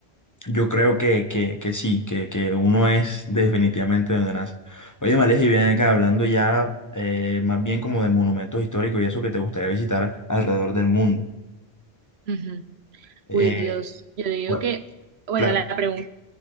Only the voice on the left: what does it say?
Yo creo que, que, que sí, que, que uno es definitivamente donde nace. Oye, Males, y bien acá hablando ya eh, más bien como de monumentos históricos y eso que te gustaría visitar alrededor del mundo.
Eh,
bueno,
claro.